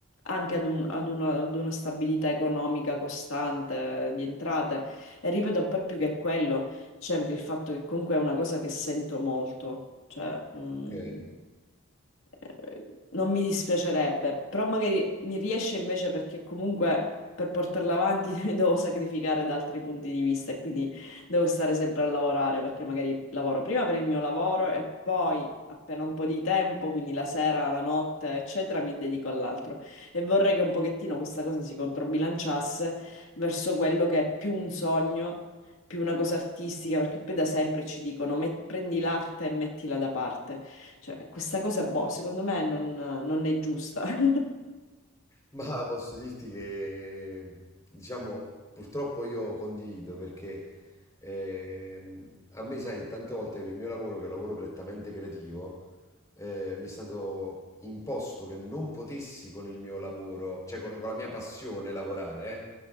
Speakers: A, on the left (about 65°); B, on the left (about 15°).
A: anche ad un- ad una, ad una stabilità economica costante eh, di entrate. E ripeto, poi più che quello, c'è anche il fatto che comunque è una cosa che sento molto, cioè... mm,
B: ok.
A: eh, non mi dispiacerebbe, però magari mi riesce invece perché comunque per portarla avanti <laughs> devo sacrificare da altri punti di vista e quindi devo stare sempre a lavorare perché magari lavoro prima per il mio lavoro e poi appena un po' di tempo, quindi la sera, la notte, eccetera, mi dedico all'altro e vorrei che un pochettino questa cosa si controbilanciasse verso quello che è più un sogno. Più una cosa artistica, perché poi da sempre ci dicono, "Met- prendi l'arte e mettila da parte. Cioè, questa cosa, boh, secondo me non, non è giusta. <laughs>
B: Ma posso dirti che, diciamo, purtroppo io condivido perché ehm, a me, sai, tante volte nel mio lavoro, che è un lavoro prettamente creativo, eh, mi è stato imposto che non potessi con il mio lavoro, cioè con, con la mia passione lavorare, eh.